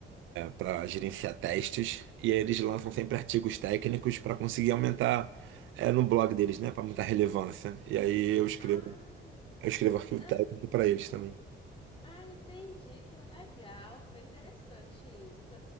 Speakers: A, on the right; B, on the left.
A: para gerenciar testes e aí eles lançam sempre artigos técnicos para conseguir aumentar é, no blog deles, né, para aumentar a relevância. E aí eu escrevo
B: Ah,
A: Eu escrevo arquivo
B: ah,
A: técnico para eles também.
B: ah, entendi, que legal, bem interessante isso.